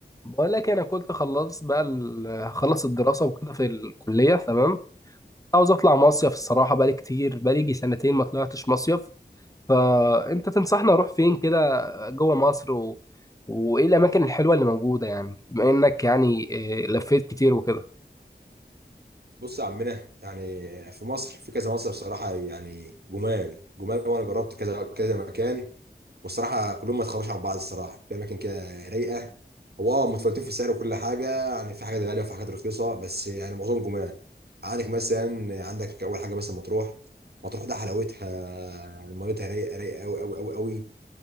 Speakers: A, on the left; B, on the right.
A: بقول لك إيه، انا كنت خلصت بقى ال- هخلص الدراسه وكده في الكليه تمام عاوز اطلع مصيف الصراحه بقالي كتير بقالي يجي سنتين ما طلعتش مصيف فانت تنصحني اروح فين كده جوه مصر و... وايه الاماكن الحلوه اللي موجوده يعني بما انك يعني إيه، لفيت كتير وكده
B: بص يا عمنا يعني في مصر في كذا مصيف صراحة يعني جمال جمال وأنا جربت كذا كذا مكان والصراحة كلهم ما يتخرجش عن بعض الصراحة في أماكن كده رايقة هو اه متفاوتين في السعر وكل حاجة يعني في حاجات غالية وفي حاجات رخيصة بس يعني معظمهم جمال عندك مثلا عندك أول حاجة مثلا مطروح مطروح ده حلاوتها ميتها رايقة رايقة أوي أوي أوي أوي